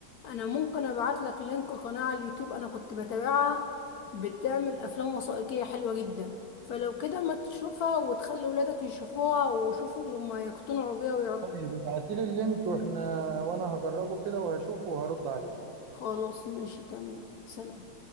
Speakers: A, on the left; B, on the right.
A: انا ممكن ابعت لك لينك قناة على اليوتيوب انا كنت بتابعها بتعمل افلام وثائقية حلوة جدا فلو كده ما تشوفها وتخلي ولادك يشوفوها وشوفوا ان هم يقتنعوا بيها ويعج...
B: طيب ابعتيلي اللينك واحنا وأنا هجربه كده وهشوفه وهرد عليه
A: خلاص ماشي تمام سلام